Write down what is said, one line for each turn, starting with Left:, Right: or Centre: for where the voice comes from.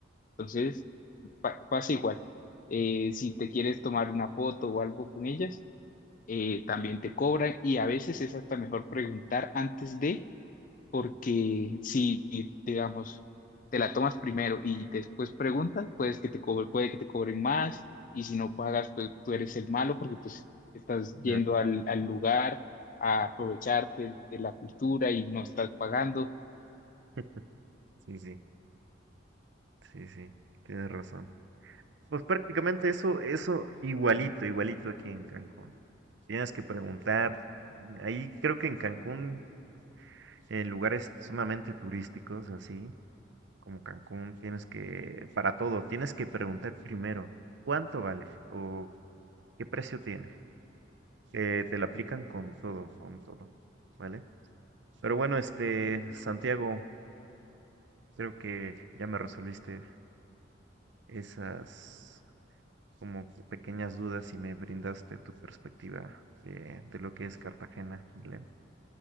Left: Entonces, pa- pasa igual. Eh, si te quieres tomar una foto o algo con ellas, eh, también te cobran, y a veces es hasta mejor preguntar antes de porque si, digamos, te la tomas primero y después preguntas, pues que te co- puede que te cobren más y si no pagas, pues tú eres el malo porque pues estás yendo
Right: Ah,
Left: al, al lugar a aprovecharte de la cultura y no estás pagando.
Right: <laughs> sí, sí, sí, sí, tienes razón. Pues prácticamente eso, eso igualito, igualito aquí en Cancún. Tienes que preguntar. mm, Ahí creo que en Cancún, en lugares sumamente turísticos, así como Cancún, tienes que, para todo, tienes que preguntar primero cuánto vale o qué precio tiene. Eh, te lo aplican con todo, con todo, ¿vale? Pero bueno, este, Santiago, creo que ya me resolviste esas como que pequeñas dudas y me brindaste tu perspectiva de, de lo que es Cartagena, Belén.